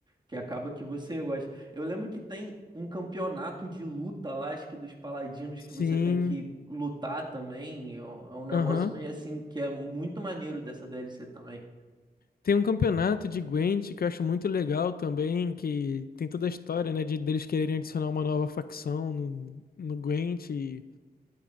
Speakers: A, on the right; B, on the left.
A: que acaba que você gosta. Eu lembro que tem um campeonato de luta lá, acho que dos paladinos
B: Sim,
A: que você tem que lutar também. É um, é um negócio
B: aham.
A: meio assim que é muito maneiro dessa DLC também.
B: Tem um campeonato de Gwent que eu acho muito legal também, que tem toda a história, né, de deles quererem adicionar uma nova facção no, no Gwent e,